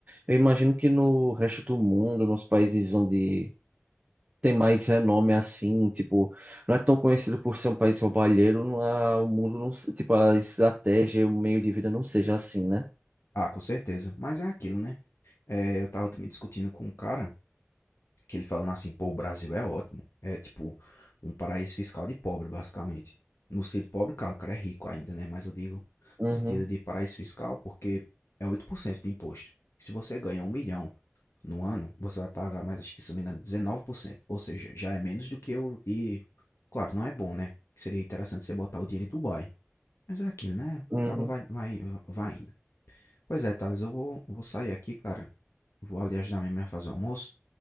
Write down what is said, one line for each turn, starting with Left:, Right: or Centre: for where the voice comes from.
Right: Eu imagino que no resto do mundo, nos países onde tem mais renome assim, tipo, não é tão conhecido por ser um país roubalheiro, não há- o mundo não, se- tipo, a estratégia, o meio de vida não seja assim, né?
Left: ah, com certeza. Mas é aquilo, né? É, eu tava também discutindo com um cara Que ele falando assim, pô, o Brasil é ótimo. É tipo um paraíso fiscal de pobre, basicamente. No sentido pobre, claro, o cara é rico ainda, né? Mas eu digo no
Right: Uhum,
Left: sentido de paraíso fiscal, porque é 8% de imposto. Se você ganha um milhão no ano, você vai pagar mais, acho que se não me engano, dezenove por cento Ou seja, já é menos do que o de. Claro, não é bom, né? Que seria interessante você botar o dinheiro em Dubai. Mas é aquilo, né?
Right: uhum.
Left: Acaba vai, vai, vai indo. Pois é, Thales, eu vou, vou sair aqui, cara. Vou ali ajudar minha mãe a fazer o almoço.